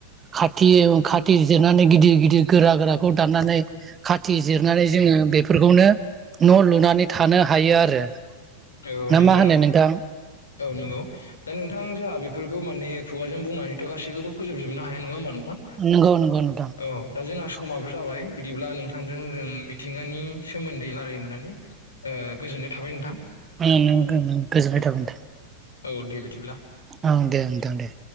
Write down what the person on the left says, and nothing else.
औ
नंगौ
औ नंगौ दा नोंथां जोङा बे बेफोरखौ माने खुगाजों बुंनानैथ' गासैखौबो फोजोबजोबनो हाया नङा होमबा नों
औ दा जोंना समाबो जाबाय बिदिब्ला नोंथांजों जों मिथिंगानि सोमोन्दै रायल्लायनो मोननानै ओ गोजोननाय थाबाय नोंथां।
औ दे बिदिब्ला